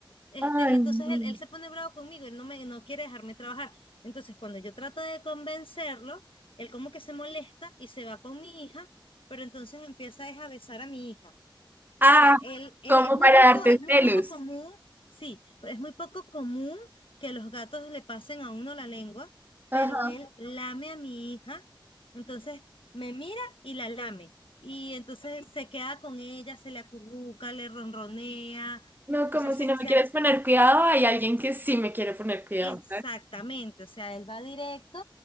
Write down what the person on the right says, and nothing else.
Ay,
no.
Ah,
como
para
darte
celos.
Ajá.
No,
como
si no
me quieres poner cuidado, hay alguien que sí me quiere poner cuidado.